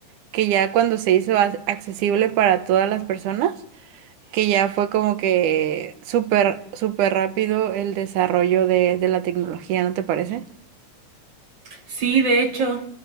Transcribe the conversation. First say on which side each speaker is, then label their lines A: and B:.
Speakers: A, on the right (about 70°); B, on the right (about 35°).
A: que ya cuando se hizo ac- accesible para todas las personas que ya fue como que súper, súper rápido el desarrollo de, de la tecnología, ¿no te parece?
B: Sí, de hecho,